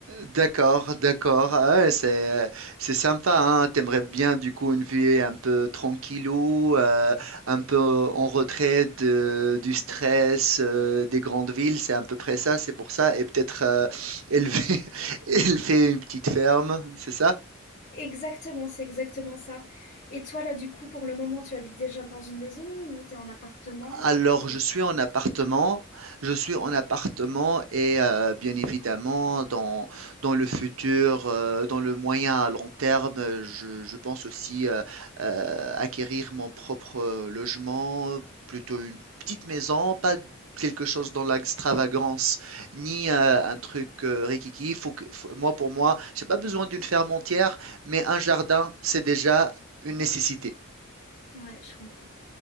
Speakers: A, on the right; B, on the left.
A: D'accord, d'accord. Ah ouais, c'est c'est sympa, hein. T'aimerais bien du coup une vie un peu tranquillou, euh, un peu en retrait de, du stress euh, des grandes villes. C'est à peu près ça. C'est pour ça. Et peut-être euh, élever <laughs> élever une petite ferme. C'est ça?
B: Exactement, c'est exactement ça. Et toi, là, du coup, pour le moment, tu habites déjà dans une maison ou tu es en appartement
A: Alors,
B: ou...
A: je suis en appartement, je suis en appartement et euh, bien évidemment, dans, dans le futur, euh, dans le moyen à long terme, euh, je, je pense aussi euh, euh, acquérir mon propre euh, logement, plutôt une petite maison, pas quelque chose dans l'extravagance, ni euh, un truc euh, riquiqui. Faut que, faut- moi, pour moi, j'ai pas besoin d'une ferme entière, mais un jardin, c'est déjà une nécessité.
B: Ouais, je comprends.